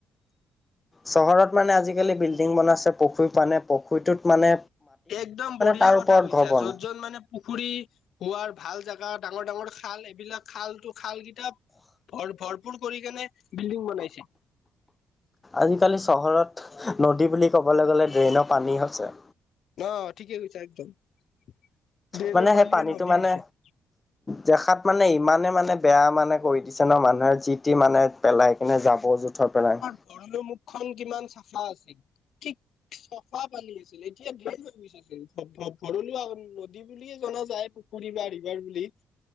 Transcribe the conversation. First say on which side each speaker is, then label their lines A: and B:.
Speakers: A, on the left; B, on the left.
A: চহৰত মানে আজিকালি বিল্ডিং বনাইছে পশুৰ পানে টোত মানে
B: একদম বঢ়িয়া
A: তাৰ
B: কথা
A: ওপৰত
B: কৈছা,
A: ঘৰ বনাই
B: য'ত য'ত মানে পুখুৰী হোৱাৰ ভাল জেগা ডাঙৰ ডাঙৰ খাল, এইবিলাক খালটো খাল কিতাপ ভৰ ভৰপুৰ কৰি কেনে বিল্ডিং বনাইছে।
A: আজিকালি চহৰত নদী বুলি ক'বলৈ গ'লে ড্ৰেইনৰ পানী হৈছে।
B: অ' ঠিকেই হৈছে একদম। ড্ৰেইনৰ
A: মানে সেই
B: পানীয়ে
A: পানীটো
B: নদী
A: মানে
B: হৈছে।
A: দেখাত মানে ইমানে মানে বেয়া মানে কৰি দিছে ন মানুহে যি টি মানে পেলাই কিনে, জাবৰ জোথৰ পেলাই
B: ভৰলুৰ মুখখন কিমান চাফা আছিল, ঠিক চাফা পানী আছিল এতিয়া বেয়াই হৈ গৈ ভৰলু নদী বুলিয়ে জনা যায়, পুখুৰী বা ৰিভাৰ বুলি